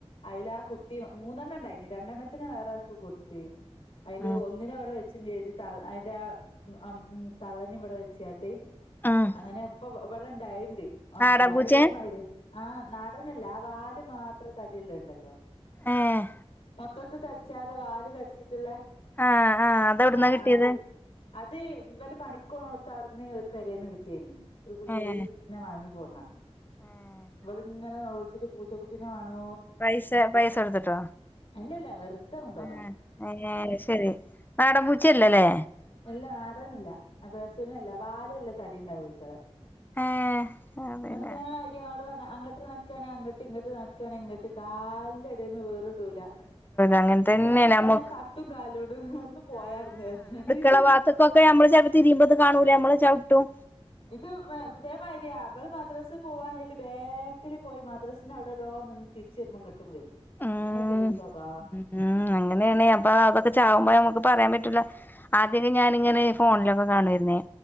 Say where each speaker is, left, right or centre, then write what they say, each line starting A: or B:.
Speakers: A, on the left (about 65°); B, on the left (about 20°).
A: അയിലാ, കുട്ടി മൂന്നെണ്ണം ഉണ്ടായിന്. രണ്ടെണ്ണത്തിനെ വേറാക്ക് കൊട്ത്ത്, അയ്ല്
B: ആഹ്
A: ഒന്നിനെ ഇവെടെ വെ ച്ചും ചെയ്ത്, തൾ അയിന്റാ അമ് ഉം തള്ളേനെ ഇവെടെ വെച്ചാട്ട്
B: ആഹ്
A: അങ്ങനെ ഇപ്പം വ വെടെ ഇണ്ടായേണ്ട്. അം
B: നാടൻപൂച്ചെ
A: വ്യായ് ഇതേമായിര്യാ. ആഹ് നാടനല്ല. ആ വാല് മാത്രം തടിള്ളെത്ണ്ടല്ലോ.
B: ഏഹ്
A: മൊത്തത്ത് തടിച്ചാതെ, വാല് തടിച്ചിട്ട്ള്ളെ
B: ആഹ് ആഹ് അതെവിടുന്നാ
A: ആഹ്
B: കിട്ടിയത്
A: അത്. അത് ഇവെല് പണിക്ക് പോണോട്ത്ത് അവ്ട്ന്ന് ഒരു പെരേന്ന് കിട്ട്യേനി. ഒരു കു ചെറീ
B: ഏഹ്
A: നെ വാങ്ങി പോന്നാ.
B: ഏഹ്
A: ഇവള്ങ്ങനെ നൊളോൾച്ചിട്ട് പൂച്ചക്കുട്ടിനെ മാണോ,
B: പൈസെ, പൈസ കൊടുത്തിട്ടോ?
A: അല്ലല്ല. വെർധെ കൊണ്ടൊന്നാ
B: ആഹ് ഏഹ് ശെരി. നാടൻ പൂച്ച്യല്ല ലേ.
A: അല്ല നാടനല്ല. പേർഷനും അല്ല. വാല ല്ല തടി ണ്ടാവും അയ്റ്റെളെ.
B: ഏഹ് അതന്നെ
A: ഇങ്ങട്ട് ഇതേ മായ്ര്യാ അന്നോട് പർഞ അങ്ങട്ട് നട്ക്കാണേ അങ്ങട്ട്. ഇങ്ങട്ട് നട് ക്കാണേ ഇങ്ങട്ട് കാല്ന്റെ എടേന്ന് വേറിടൂലാ.
B: അങ്ങനെ തന്നെ
A: ചെൽപ്പൊക്കെ
B: നമ്മ
A: ഞാൻ തട്ടും കാല്ലോണ്ട്. ഒന്ന് പോയാട്ന്ന് ന്ന് പറഞ്ഞാട്ട്.
B: ക്കളവാത്ത് ക്കൊക്കെ ഞമ്മെള് ചെലപ്പം തിരിയുമ്പോ ഇത് കാണൂല ഞമ്മെള് ചവ്ട്ടും.
A: ഇത് വെ ഇതേമായ്രിയാ. ഇവെള് മദ്രസ് പോവാണേല് ബാക്കില് പോയി മദ്രസ്ൻ്റെ അവ്ടേടോ നിന്ന് തിരിച്ചു വെരുമ്പം ഇങ്ങട്ടും വെരും.
B: ഉം
A: അങ്ങനെക്കൊരു സ്വഭാവാ.
B: ഉം അങ്ങനേണേ. അപ്പ അതൊക്കെ ചാവുമ്പം നമ്മെക്ക് പറയാൻ പറ്റൂല്ല. ആദ്യൊക്കെ ഞാനിങ്ങനെ ഫോണിലൊക്കെ കാണുവാരുന്നേ.